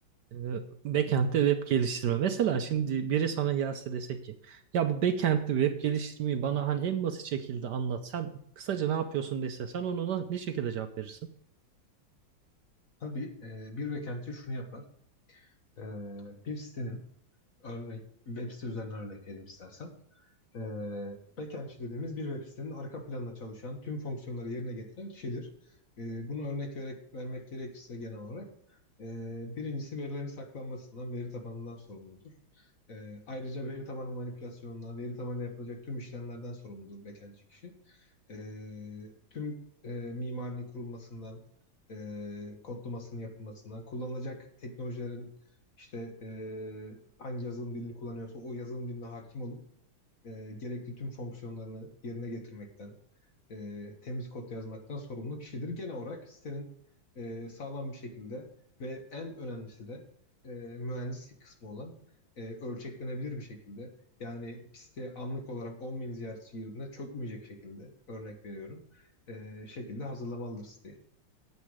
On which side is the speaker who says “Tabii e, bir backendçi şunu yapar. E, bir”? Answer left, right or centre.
Left